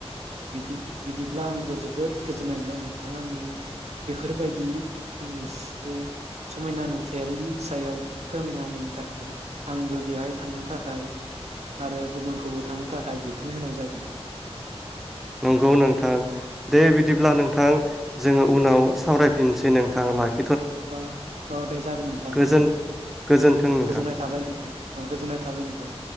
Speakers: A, on the right; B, in the centre.
A: बिदि बिदिब्ला आंबो जोबोद गोजोननाय मोनबाय नोंथाङा आंनो बेफोरबायदि मोनसे समायना नुथायारि सायाव फोरमायना होननि थाखाय आंबो बेहाय थांनो थाखाय आरो गुबुनखौबो थांनो थाखाय बिथोन होनाय जागोन।
B: नंगौ नोंथां। दे बिदिब्ला
A: औ
B: नोंथां जोङो उनाव सावरायफिननोसै नोंथां लाखि
A: अ औ दे जागोन नोंथां
B: गोजोन
A: दे
B: गोजोन्थों नोंथां।
A: गोजोननाय थाबाय नोंथां ओ गोजोननाय थाबाय नोंथां।